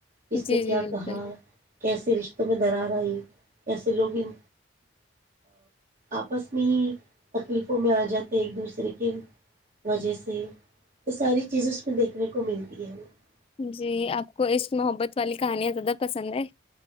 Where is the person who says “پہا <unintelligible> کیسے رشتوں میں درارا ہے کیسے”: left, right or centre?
Right